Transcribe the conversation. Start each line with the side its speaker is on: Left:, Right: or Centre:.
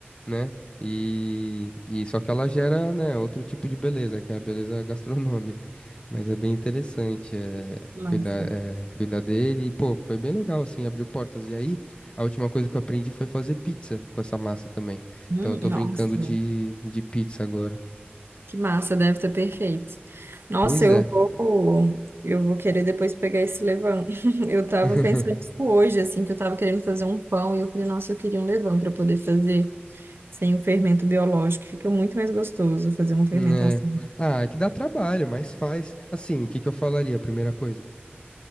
Left: né, e... e só que ela gera, né, outro tipo de beleza, que é a beleza gastronômica. Mas é bem interessante é,
Right: que massa.
Left: cuidar, é, cuidar dele. E, pô, foi bem legal, assim, abriu portas. E aí, a última coisa que eu aprendi foi fazer pizza com essa massa também.
Right: Hum,
Left: Então, eu tô
Right: nossa,
Left: brincando de, de pizza agora.
Right: que massa, deve estar perfeito. Nossa,
Left: Pois
Right: eu
Left: é.
Right: vou, eu vou querer depois pegar esse levain. <laughs> Eu tava
Left: <laughs>
Right: pensando isso hoje, assim, que eu tava querendo fazer um pão e eu falei, nossa, eu queria um levain para poder fazer. Sem o fermento biológico, fica muito mais gostoso fazer uma fermentação.
Left: né? Ah, é que dá trabalho, mas faz. Assim, o que que eu falaria? A Primeira coisa.